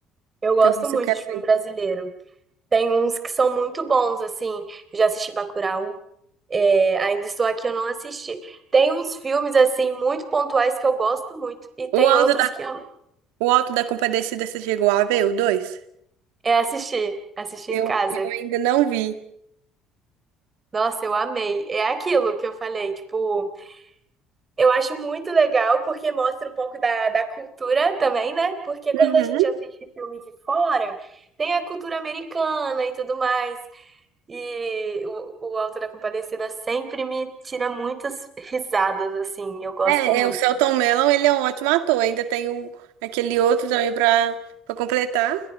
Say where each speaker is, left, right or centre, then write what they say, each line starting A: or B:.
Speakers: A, on the right; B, on the right.
A: Eu gosto
B: Então, isso
A: muito
B: eu quero
A: de filme
B: ver.
A: brasileiro. Tem uns que são muito bons, assim. Eu já assisti Bacurau. É, ainda estou aqui, eu não assisti. Tem uns filmes, assim, muito pontuais que eu gosto muito. E tem
B: O Alto
A: outros que eu
B: O Alto da Compadecida, você chegou a ver o 2?
A: é, assisti. Assisti
B: Eu,
A: em casa.
B: eu ainda não vi.
A: Nossa, eu amei. É aquilo que eu falei, tipo. Eu acho muito legal porque mostra um pouco da, da cultura também, né? Porque
B: Uhum.
A: quando a gente assiste filme de fora, tem a cultura americana e tudo mais. E o, o Auto da Compadecida sempre me tira muitas risadas, assim. Eu gosto
B: É,
A: muito.
B: é, o Selton Mello, ele é um ótimo ator. Ainda tem o, aquele outro também pra, pra completar.